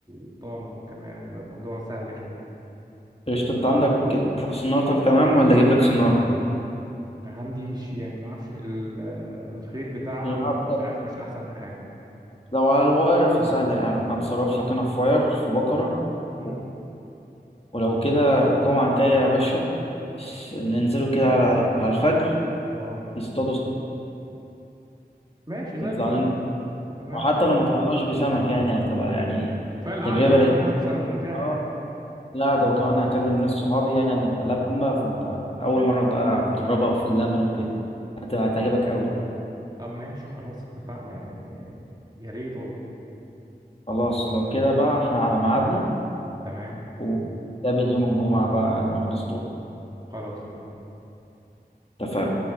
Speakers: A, on the right (about 25°); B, on the left (about 35°).
A: للطعم اهو كمان هيبقى الموضوع سهل جدا
B: قشطة انت عندك إنت صنارتك تمام ولا اجيب لك صنارة؟
A: هنديش يعني ما اعرفش ال... الخيط بتاعها
B: الصنارة
A: ب- يعني
B: بتاعتك.
A: مش عارف مش احسن حاجة
B: لو على الواير فسهلة يا عم هتصرف لك انا في واير في بكرة
A: امم
B: و- ولو كده الجمعة الجاية يا باشا س- ننزلوا كده على على الفجر
A: اه
B: نصطادوا
A: ماشي زي
B: نطلع
A: الفل
B: لنا
A: تمام
B: وحتى لو ما طلعناش بسمك يعني هتبقى يعني
A: كفاية القعدة
B: تجربة
A: يعني
B: لذيذة
A: انها نفسها ممتعة
B: اه
A: يعني
B: لا ده وكمان هكلم ناس صحابي يعني هنبقى لمة فانت أول مرة بقى تجربها في اللمة وكده هتبقى هتعجبك أوي
A: طب ماشي خلاص اتفقنا يعني يا ريت والله
B: خلاص لو كده بقى احنا على ميعادنا
A: تمام
B: ونتقابل يوم الجمعة بقى نروح نسطول
A: خلاص اتفقنا
B: اتفقنا